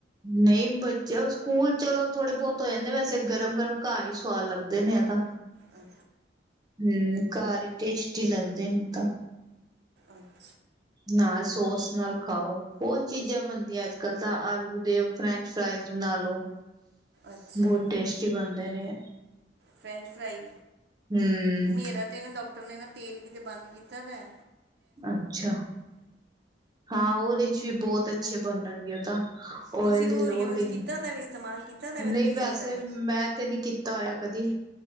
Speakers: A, on the right (about 25°); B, on the right (about 65°).
A: ਨਹੀਂ ਬੱਚੇ ਉਹ ਸਕੂਲ ਚਲੋ ਥੋੜੇ ਬਹੁਤ ਹੋ ਜਾਂਦੇ ਵੈਸੇ ਗਰਮ ਗਰਮ ਘਰ ਹੀ ਸਵਾਦ ਲੱਗਦੇ ਨੇ ਆ ਤਾਂ
B: ਅਹ
A: ਹਮ ਘਰ ਹੀ ਟੇਸਟੀ ਲੱਗਦੇ ਨੇ ਤਾਂ
B: ਅੱਛਾ
A: ਨਾਲ ਸੋਸ ਨਾਲ ਖਾਓ ਬਹੁਤ ਚੀਜ਼ਾਂ ਬਣਦੀਆਂ ਅੱਜ ਕੱਲ ਤਾਂ ਆਲੂ ਦੇ ਫਰੈਂਚ ਫਰਾਈਜ਼ ਬਣਾ ਲੋ
B: ਅੱਛਾ
A: ਬਹੁਤ ਟੇਸਟੀ ਬਣਦੇ ਨੇ
B: ਫਰੈਂਚ ਫਰਾਈ
A: ਹੂੰ
B: ਮੇਰਾ ਤੇ ਨਾ ਡਾਕਟਰ ਨੇ ਨਾ ਤੇਲ ਵੀ ਤੇ ਬੰਦ ਕੀਤਾ ਵਾ
A: ਅੱਛਾ ਹਾਂ ਉਹਦੇ ਚ ਵੀ ਬਹੁਤ ਅੱਛੇ ਬਣਦਾ <unintelligible> ਣ ਗਿਆ ਤਾਂ ਓਇਲ
B: ਤੁਸੀਂ
A: ਦੀ
B: ਉਹ
A: ਲੋੜ
B: ਯੂਜ਼
A: ਹੀ
B: ਕੀਤਾ
A: ਨਹੀਂ
B: ਤਾਂ ਵੇ ਇਸਤੇਮਾਲ ਕੀਤਾ ਤਾਂ ਵੇ ਤੁਸੀਂ
A: ਨਹੀਂ ਵੈਸੇ
B: ਫਰਾਇਰ
A: ਮੈਂ ਤੇ ਨਹੀਂ ਕੀਤਾ ਹੋਇਆ ਕਦੀ